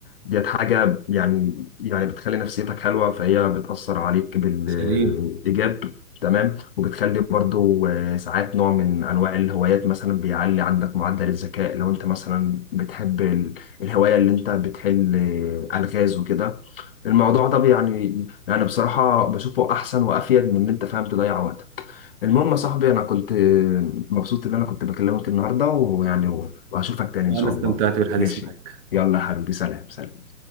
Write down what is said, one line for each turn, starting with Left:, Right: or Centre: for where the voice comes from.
Left: ديت حاجة يعني يعني بتخلي نفسيتك حلوة فهي بتأثر عليك بالإيجاب
Right: سليم
Left: تمام وبتخلي برضو آه، ساعات نوع من أنواع الهوايات مثلا بيعلي عندك معدل الذكاء لو أنت مثلا بتحب ال- الهواية اللي أنت بتحل آه، ألغاز وكده الموضوع ده يعني يعني بصراحة بشوفه أحسن وأفيد من إن أنت فاهم تضيع وقتك المهم يا صاحبي أنا كنت آه، مبسوط إن أنا كنت بكلمك النهاردة ويعني وهشوفك تاني
Right: وانا
Left: إن شاء
Right: استمتعت
Left: الله
Right: بالحديث
Left: ماشي
Right: معك
Left: يلا يا حبيبي سلام سلام